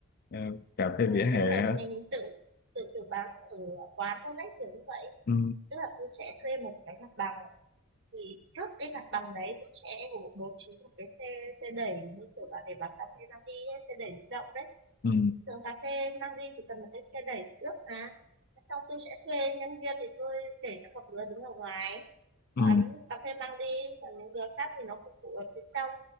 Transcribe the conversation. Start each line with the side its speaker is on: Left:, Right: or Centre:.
Left: Ờ, cà phê
Right: Ừ,
Left: vỉa hè
Right: kết hợp
Left: hả?
Right: mình tự tự tự bán ở quán luôn đấy kiểu như vậy
Left: ừ,
Right: tức là tôi sẽ thuê một cái mặt bằng thì trước cái mặt bằng đấy tôi sẽ bố bố trí một cái xe xe đẩy như kiểu là để bán cà phê mang đi ấy, xe đẩy di động đấy
Left: ừ,
Right: thường cà phê mang đi thì cần một cái xe đẩy trước mà xong tôi sẽ thuê nhân viên thì tôi để cho một đứa đứng ở ngoài
Left: ừ,
Right: bán cà phê mang đi còn những đứa khác thì nó phục vụ ở phía trong